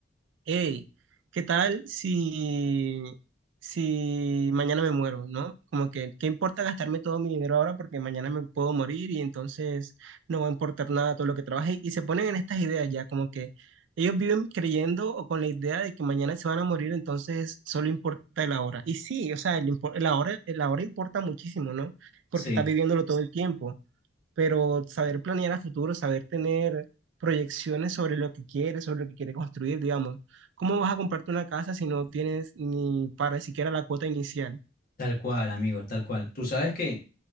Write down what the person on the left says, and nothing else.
Sí,
tal cual, amigo, tal cual. Tú sabes que...